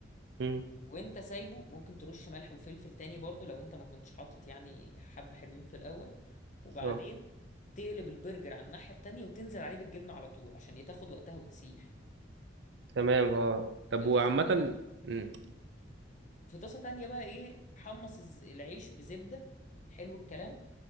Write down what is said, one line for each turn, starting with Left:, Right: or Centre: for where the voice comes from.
Right: امم
Left: وانت سايبه ممكن ترش ملح وفلفل تاني برضو لو انت ما كنتش حاطط يعني حبة حلوين في الاول وبعدين
Right: اه
Left: تقلب البرجر على الناحية التانية وتنزل عليه بالجبنة على طول عشان تاخد وقتها وتسيح
Right: تمام اه طب
Left: يا
Right: وعامة
Left: طاسة
Right: امم
Left: في طاسة تانية بقى ايه حمص الز- العيش بزبدة حلو الكلام